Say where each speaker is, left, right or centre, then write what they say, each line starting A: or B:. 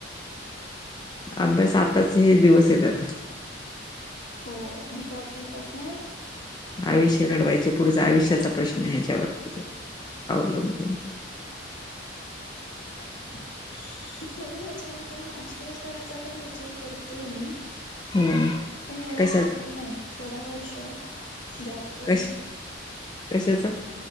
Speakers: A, on the left (about 20°); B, on the left (about 65°).
A: अभ्यास आताच हे दिवस येतात.
B: हो... इम्पॉर्टंट त नाही.
A: आयुष्य घडवायचे पुढचा आयुष्याचा प्रश्न ह्याच्यावरती... अवलंबून
B: <unintelligible> अभ्यास बघू ह्याच्यानंतर मास्टर्स करायचा पण विचार करतेय मी.
A: हम्म
B: पण एवढ्या
A: कशाच
B: लवकर नाही, थोड वर्ष जॉब करून....
A: कश कशाच